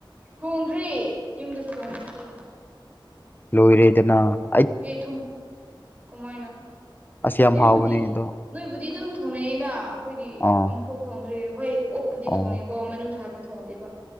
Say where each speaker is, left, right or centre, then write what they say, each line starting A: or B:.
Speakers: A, on the right; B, on the left.
A: ꯊꯣꯡꯗ꯭ꯔꯤ ꯌꯨꯝꯗꯁꯨ ꯊꯣꯡꯗ꯭ꯔꯤ
B: ꯂꯨꯣꯏꯔꯦꯗꯅ
A: ꯑꯦ ꯊꯨꯡ ꯀꯃꯥꯏꯅ
B: ꯑꯁ ꯌꯥꯝ
A: ꯅꯣꯏꯕꯨꯗꯤ
B: ꯍꯥꯎꯕꯅꯦ ꯑꯗꯣ
A: ꯅꯣꯏꯕꯨꯗꯤ ꯑꯗꯨꯝ ꯊꯣꯡꯅꯩꯑꯌꯦꯅ ꯑꯩꯈꯣꯏꯗꯤ
B: ꯑꯥ
A: ꯑꯃꯨꯛꯐꯥꯎ ꯊꯣꯡꯗ꯭ꯔꯦ ꯍꯣꯏ ꯑꯣꯛꯄꯨꯗꯤ
B: ꯑꯣ
A: ꯊꯣꯡꯉꯦꯀꯣ ꯃꯅꯨꯡꯁꯥꯗꯤ ꯊꯣꯡꯗꯦꯕ